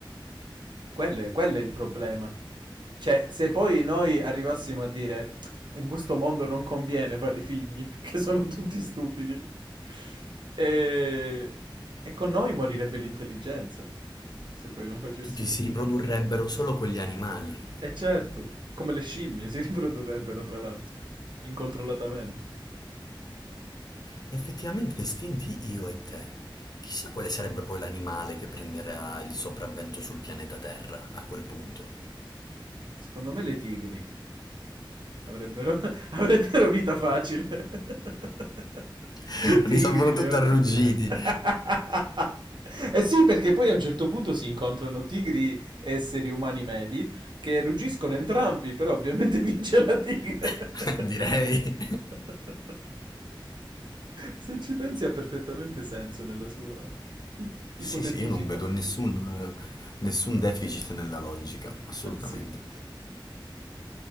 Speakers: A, on the right; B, on the left.
A: Quello è, quello è il problema. Cioè, se poi noi arrivassimo a dire in questo mondo non conviene fare figli perché sono tutti stupidi, e, e con noi morirebbe l'intelligenza se poi non facessimo
B: Tutti si
A: figli.
B: riprodurrebbero solo quegli animali.
A: E certo, come le scimmie si riprodurrebbero tra l'altro, incontrollatamente.
B: Effettivamente estinti io e te. Chissà quale sarebbe poi l'animale che prenderà il sopravvento sul pianeta Terra a quel punto.
A: Secondo me le tigri. Avrebbero, <laughs> avrebbero vita facile. <laughs>
B: <laughs> Risolvono
A: Tigri, leoni.
B: tutto a ruggiti,
A: <laughs> Eh sì, perché poi a un certo punto si incontrano tigri e esseri umani medi che ruggiscono entrambi, però ovviamente <laughs> vince la tigre.
B: <laughs> direi.
A: <laughs> Se ci pensi ha perfettamente senso nella sua <laughs> ipoteticità.
B: Sì, sì, io non vedo nessun, eh, nessun deficit nella logica, assolutamente.
A: <laughs> Sì.